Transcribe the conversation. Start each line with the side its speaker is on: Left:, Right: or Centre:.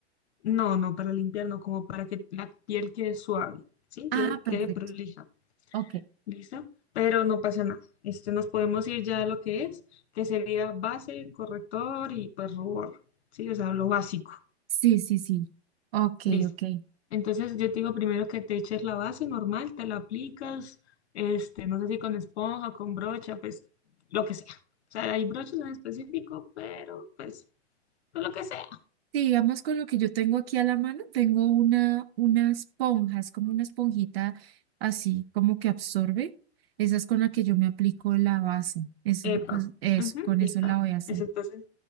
Left: no, no, para limpiar, no, como para que la piel quede suave, ¿sí?
Right: Ah,
Left: Que
Right: perfecto.
Left: quede prolija,
Right: Ok,
Left: ¿listo? Pero no pasa nada. Este, nos podemos ir ya a lo que es, que sería base, corrector y pues rubor, ¿sí? O sea, lo básico.
Right: sí, sí, sí. Ok,
Left: Listo.
Right: ok.
Left: Entonces yo te digo primero que te eches la base normal, te la aplicas, este, no sé si con esponja, con brocha, pues lo que sea. O sea, hay brochas en específico, pero pues, pues lo que sea.
Right: Sí, digamos con lo que yo tengo aquí a la mano, tengo una, una esponja, es como una esponjita así, como que absorbe. Esa es con la que yo me aplico la base. Es,
Left: Epa,
Right: pues eso,
Left: ujú,
Right: con
Left: epa.
Right: eso la voy a hacer.
Left: Es entonces,